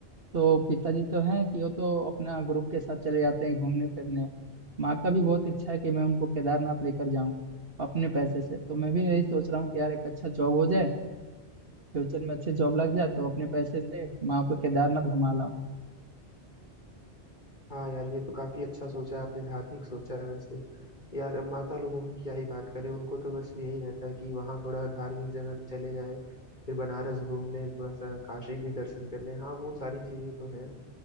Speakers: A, on the right; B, on the left.
A: तो पिताजी तो हैं कि वो तो अपना ग्रुप के साथ चले जाते हैं घूमने फिरने माँ का भी बहुत इच्छा है कि मैं उनको केदारनाथ लेकर जाऊं अपने पैसे से तो मैं भी यही सोच रहा हूँ कि यार एक अच्छा जॉब हो जाए फ्यूचर में अच्छी जॉब लग जाए तो अपने पैसे से माँ को केदारनाथ घुमा लाऊं
B: हाँ यार ये तो काफी अच्छा सोचा है आपने धार्मिक सोचा है वैसे यार अब माता लोगों की क्या ही बात करें उनको तो बस यही रहता है कि वहाँ थोड़ा धार्मिक जगह पे चले जाएं फिर बनारस घूम लें थोड़ा सा काशी भी दर्शन कर लें हाँ वो सारी चीजें तो है